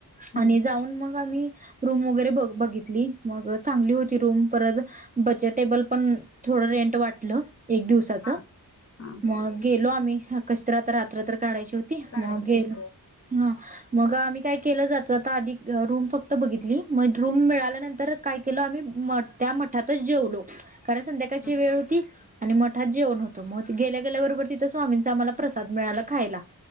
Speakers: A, on the left (about 40°); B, on the right (about 25°).
A: हम्म
B: आणि जाऊन मग आम्ही रूम वगैरे ब बघितली मग चांगली होती रूम परत बजेटेबल पण थोडं रेंट वाटलं एक दिवसा
A: हा हा
B: मग गेलो आम्ही कशी तर आता रात्र तर काढायची होती
A: काढायचे
B: मग गेलो.
A: हो
B: हा. मग आम्ही काय केलं जाता जाता आधी रूम फक्त बघितली मग रूम मिळाल्यानंतर काय केलो आम्ही मठ त्या मठातच जेवलो कारण संध्याकाळची
A: हा
B: वेळ होती आणि मठात जेवण होतं मग गेल्या गेल्या बरोबर तिथ स्वामींचा आम्हाला प्रसाद मिळाला खायला